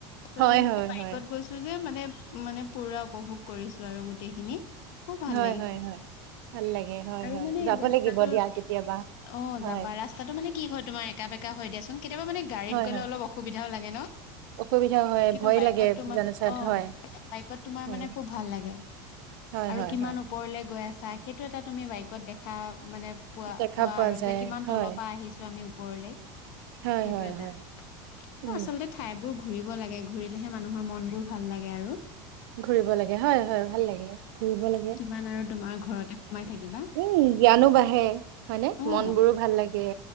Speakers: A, on the left; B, on the right.
A: তথাপি
B: হয় হয়
A: মই বাইকত
B: হয়
A: গৈছো যে মানে মানে পুৰা উপভোগ কৰিছো আৰু গোটেইখিনি। খুব ভাল
B: হয়
A: লাগিছে।
B: হয় হয় ভাল লাগে হয়
A: আৰু
B: হয়
A: মানে
B: যাব
A: ৰাস্তাটো,
B: লাগিব দিয়া কেতিয়াবা
A: অ
B: হয়
A: যাবা ৰাস্তাটো মানে কি হয় তোমাৰ একা বেকা হৈ দিয়া চোন। কেতিয়াবা মানে গাডীত
B: হয়
A: গ'লে
B: হয়
A: অলপ অসুবিধাও লাগে ন।
B: অসুবিধা হয়
A: কিন্তু
B: ভয়
A: বাইকত
B: লাগে
A: তোমাৰ
B: জনচত
A: অ
B: হয়
A: বাইকত তোমাৰ
B: হয়
A: মানে খুব ভাল লাগে।
B: হয়
A: আৰু
B: হয়
A: কিমান
B: হয়
A: ওপৰলে গৈ আছে সেইটো এটা তুমি বাইকত দেখা মানে পোৱা
B: দেখা
A: পোৱা আৰু
B: যায়
A: যে কিমান
B: হয়
A: তলৰ পৰা আহিছো আমি ওপৰলে
B: হয়
A: সেইটো
B: হয়
A: এটা।
B: হয় উম
A: অ আচলতে ঠাই বোৰ ঘুৰিব লাগে। ঘুৰিলেহে মানুহৰ মন বোৰ ভাল লাগে আৰু।
B: ঘুৰিব লাগে। হয়, হয়। ভাল লাগে। ঘূৰিব লাগে।
A: কিমান আৰু তোমাৰ ঘৰতে সোমাই থাকিবা
B: ও জ্ঞানো বাঢ়ে,
A: অ'।
B: মনবোৰো ভাল লাগে।